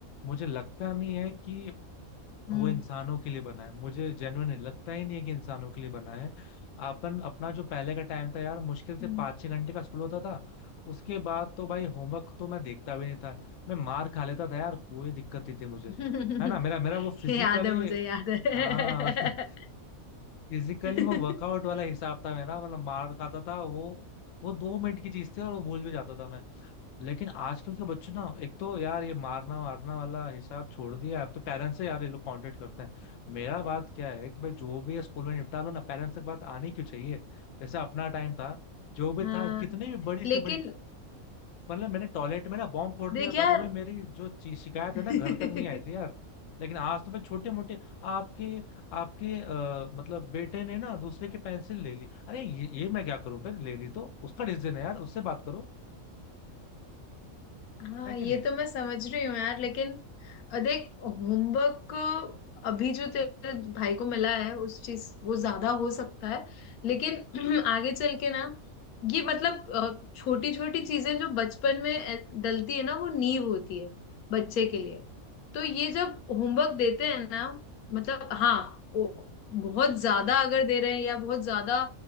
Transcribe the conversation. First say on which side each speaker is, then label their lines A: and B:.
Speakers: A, on the left; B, on the left.
A: मुझे लगता नहीं है कि
B: हम्म
A: वो इंसानों के लिए बना है मुझे जेन्युइन लगता ही नहीं है कि इंसानों के लिए बना है अपन अपना जो पहले का टाइम था यार मुश्किल से
B: हम्म।
A: पाँच छह घंटे का स्कूल होता था उसके बाद तो भाई होमवर्क तो मैं देखता भी नहीं था मैं मार खा लेता था यार कोई दिक्कत नहीं थी मुझे
B: <laughs>
A: है ना मेरा मेरा वो फिजिकली
B: याद है मुझे याद है
A: हाँ <laughs> फिजिकली
B: <laughs>
A: वो वर्कआउट वाला हिसाब था मेरा मतलब मार खाता था वो वो दो मिनट की चीज थी और वो भूल भी जाता था मैं लेकिन आजकल के बच्चे ना एक तो यार ये मारना मारना वाला हिसाब छोड़ दिया अब तो पेरेंट्स से यार ये लोग कांटेक्ट करते हैं मेरा बात क्या है कि भाई जो भी है स्कूल में निपटा लो ना पेरेंट्स तक बात आनी क्यों चाहिए जैसे अपना टाइम था जो भी
B: हाँ
A: था कितनी भी बड़ी से
B: लेकिन
A: बड़ी मतलब मैंने टॉयलेट में ना बॉम्ब फोड़
B: देख
A: दिया
B: यार
A: था तो भाई मेरी जो ची- शिकायत
B: <laughs>
A: है ना घर तक नहीं आई थी यार लेकिन आज तो मैं छोटे मोटे आपके आपके आ, मतलब बेटे ने ना दूसरे की पेंसिल ले ली अरे ये, ये मैं क्या करूं फिर ले ली तो उसका डिसीजन है यार उससे बात करो
B: हाँ
A: है कि
B: ये
A: नहीं
B: तो मैं समझ रही हूँ यार लेकिन अ, देख होमवर्क अभी जो तेरे भाई को मिला है उस चीज वो ज्यादा हो सकता है लेकिन <clears throat> आगे चल के ना ये मतलब छोटी छोटी चीजें जो बचपन में अ, डलती है ना वो नींव होती है बच्चे के लिए तो ये जब होमवर्क देते हैं ना मतलब हाँ वो बहुत ज्यादा अगर दे रहे हैं या बहुत ज्यादा